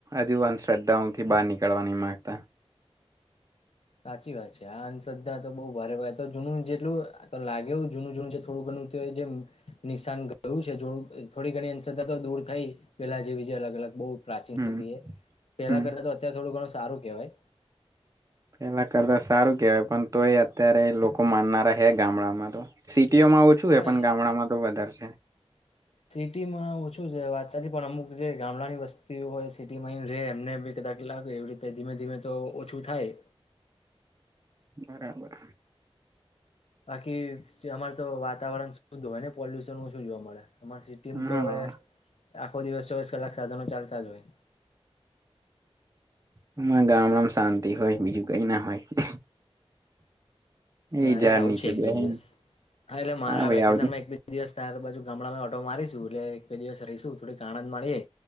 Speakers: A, on the right; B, on the left.
A: હજુ અંધશ્રદ્ધાઓ થી બહાર નીકળવાની માંગતા.
B: સાચી વાત છે આ અંધ્રદ્ધા તો બહુ ભારે ભ તો જૂનું જેટલું લાગેું જૂનું જૂનું જે થોડું ઘણું જે નિશાન ગયું છેડ થોડી ઘણી અંધદ્ધા તો દૂર થઈ પેલા જેવી જે અલગ અલગ બઉ પ્રાચીન
A: હમ
B: હતી એ પેલા
A: હમ
B: કરતા તો અત્યારે થોડું ઘણું સારું કેવાય
A: પેલા કરતા સારું કેહેવાય પણ તો એ અત્યારે લોકો માનનારા હે ગામડામાં તો ટી માં ઓછું
B: હા
A: હોય પણ ગામડામાં તો વધારે છ <inaudible>
B: સિટીમાં ઓછું છે વાત સાચી પણ અમુક જે ગામડાની વસ્તીઓ હોય સિટીમાં રે એમને બી કદાચ લાગે એવી રીતે ધીમે ધીમે તો ઓછું થાય.
A: બરાબર.
B: બાકી અમાર તો વાતાવરણ શુંધ હોય ને પોલ્યુશન નું શું જોવા મળે. એમાર સિટીમ તો
A: હા
B: એ આખો દિવસ ચોવીસ કલાક સાધનો ચાલતા જ હોય.
A: હ ગામડામાં શાંતિ હોય બીજું કઈ ના હોય એ
B: મારે
A: ઝાડ
B: આવું
A: નીચે
B: છે એક
A: બેહી
B: બે દિવસા હા એટલે મારા
A: ભાઈ
B: વેકેશનમાં
A: આવજે
B: એક બે દિવસ ત્યાર બાજુ ગામડામાં ઓટો મારીશું એટલે એક બે દિવસ રહીશું થોડીક આણંદ મારીએ